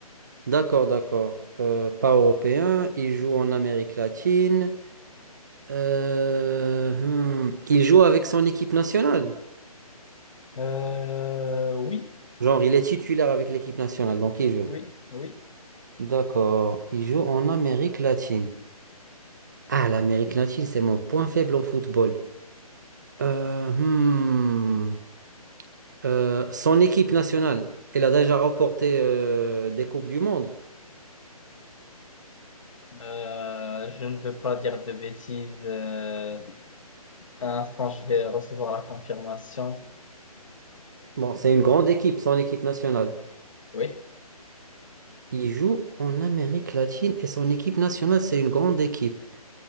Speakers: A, on the right (about 30°); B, on the left (about 55°).
A: D'accord, d'accord. Euh, pas européen, il joue en Amérique latine. Euh, hmm, Il joue avec son équipe nationale.
B: Euh, oui.
A: Genre, il est titulaire avec l'équipe nationale, donc il joue.
B: Oui, oui.
A: D'accord, il joue en Amérique latine. Ah, l'Amérique latine, c'est mon point faible en football. Euh, hmm. Euh, son équipe nationale, elle a déjà remporté euh, des Coupes du Monde.
B: Euh, je ne veux pas dire de bêtises. Euh, un instant, je vais recevoir la confirmation.
A: Bon, c'est une grande équipe, son équipe nationale.
B: Oui.
A: Il joue en Amérique latine et son équipe nationale, c'est une grande équipe.